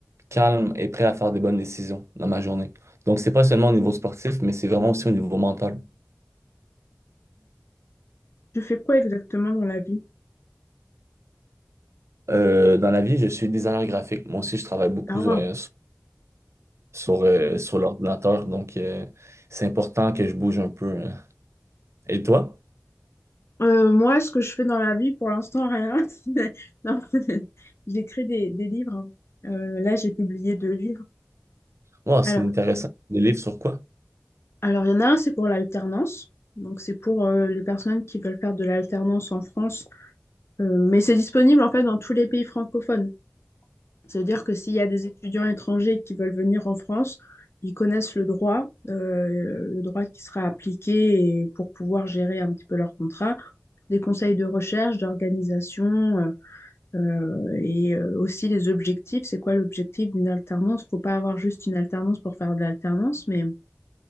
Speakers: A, on the right; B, on the left.
A: calme et prêt à faire des bonnes décisions dans ma journée. Donc, c'est pas seulement au niveau sportif, mais c'est vraiment aussi au niveau mental.
B: Tu fais quoi exactement dans la vie?
A: Euh, dans la vie, je suis designer graphique. Moi aussi, je travaille beaucoup
B: Ah ouais.
A: euh, sur, euh, sur l'ordinateur. Donc, euh, c'est important que je bouge un peu. hein. Et toi?
B: Euh, moi, ce que je fais dans la vie, pour l'instant, rien. <laughs> Non, <laughs> j'écris des, des livres. hein. Euh, là, j'ai publié deux livres.
A: Wow,
B: Alors,
A: c'est intéressant. Des livres sur quoi?
B: alors, il y en a un, c'est pour l'alternance. Donc, c'est pour euh, les personnes qui veulent faire de l'alternance en France. Euh, mais c'est disponible, en fait, dans tous les pays francophones. Ça veut dire que s'il y a des étudiants étrangers qui veulent venir en France, ils connaissent le droit, euh, le droit qui sera appliqué et pour pouvoir gérer un petit peu leur contrat, des conseils de recherche, d'organisation euh, euh, et euh, aussi les objectifs. C'est quoi l'objectif d'une alternance? Faut pas avoir juste une alternance pour faire de l'alternance, mais